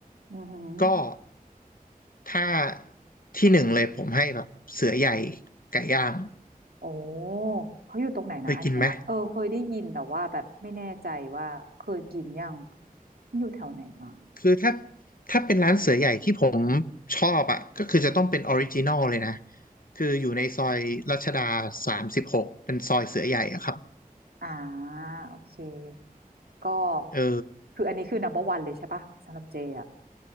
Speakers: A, on the right; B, on the left.
A: อือหือ
B: ก็ถ้าที่หนึ่งเลยผมให้แบบเสือใหญ่ไก่ย่าง
A: โอ้เขาอยู่ตรงไหนนะอันเนี้ยเออเคยได้ยินแต่ว่าแบบไม่แน่ใจว่าเคยกินยัง
B: เคยกินไหม
A: อยู่แถวไหนอ่ะ
B: คือถ้าถ้าเป็นร้านเสือใหญ่ที่ผมชอบอ่ะก็คือจะต้องเป็นออริจินอลเลยนะคืออยู่ในซอยรัชดาสามสิบหกเป็นซอยเสือใหญ่อะครับ
A: อ่าโอเค ก็
B: เออ
A: คืออันนี้คือ number one เบอร์วันเลยใช่ปะสำหรับเจอ่ะ